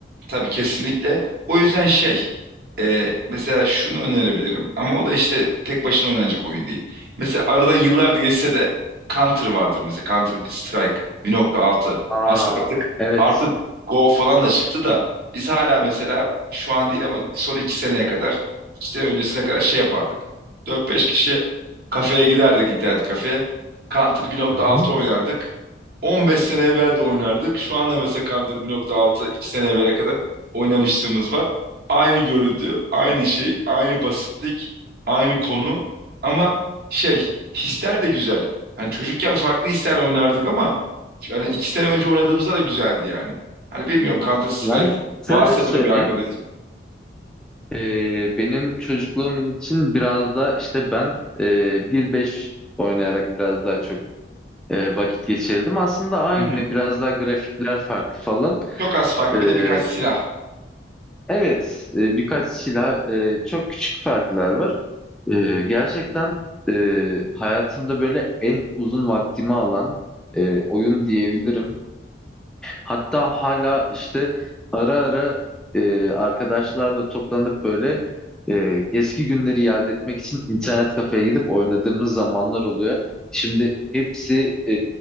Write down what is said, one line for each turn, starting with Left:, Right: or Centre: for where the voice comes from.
Right: Tabii kesinlikle. O yüzden şey e, mesela şunu önerebilirim ama o da işte tek başına oynanacak oyun değil. Mesela aradan yıllar geçse de Counter vardır mesela Counter bir Strike bir nokta altı.
Centre: Aa
Right: Aslında artık
Centre: evet.
Right: artık Evet. Go falan da çıktı da biz hala mesela şu an değil ama son iki seneye kadar iki sene öncesine kadar şey yapardık. Dört beş kişi kafeye giderdik internet kafeye. Counter bir nokta
Centre: Hı hı.
Right: altı oynardık. 15 sene evvel de oynardık. Şu anda mesela Counter 1.6 2 sene evvele kadar oynamışlığımız var. Aynı görüntü, aynı şey, aynı basitlik, aynı konu ama şey hisler de güzel. Hani çocukken farklı hislerle oynardık ama yani iki sene önce oynadığımızda da güzeldi yani. Hani bilmiyorum Counter Strike
Centre: Ben
Right: varsa
Centre: şöyle söyleyeyim.
Right: böyle bir arkadaşım.
Centre: Ee, benim çocukluğum için biraz da işte ben e, 1-5 oynayarak biraz daha çok e, vakit geçirdim. Aslında aynı
Right: Hı hı.
Centre: biraz daha grafikler farklı falan.
Right: Çok az farklı
Centre: Ee,
Right: bir de birkaç silah.
Centre: evet e, birkaç silah e, çok küçük farklar var. Ee, gerçekten e, hayatımda böyle en uzun vaktimi alan e, oyun diyebilirim. Hatta hala işte ara ara e, arkadaşlarla toplanıp böyle e, eski günleri yad etmek için internet kafeye gidip oynadığımız zamanlar oluyor. Şimdi hepsi e,